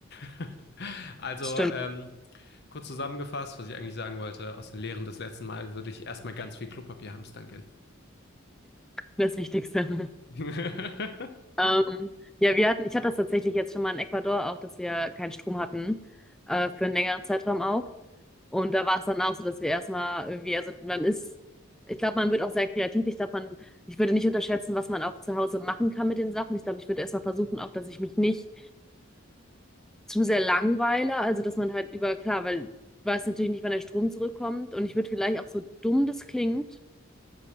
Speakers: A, on the left; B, in the centre.
A: <laughs> Also
B: Stimmt,
A: ähm, Kurz zusammengefasst, was ich eigentlich sagen wollte, aus den Lehren des letzten Mal würde ich erstmal ganz viel Klopapier hamstern gehen.
B: das Wichtigste. <laughs>
A: <laughs>
B: Ähm, ja, wir hatten, ich hatte das tatsächlich jetzt schon mal in Ecuador auch, dass wir keinen Strom hatten, äh, für einen längeren Zeitraum auch. Und da war es dann auch so, dass wir erstmal irgendwie, also man ist, ich glaube, man wird auch sehr kreativ. Ich glaube, man, ich würde nicht unterschätzen, was man auch zu Hause machen kann mit den Sachen. Ich glaube, ich würde erstmal versuchen, auch, dass ich mich nicht zu sehr langweile. Also, dass man halt über, klar, weil ich weiß natürlich nicht, wann der Strom zurückkommt. Und ich würde vielleicht auch so dumm das klingt.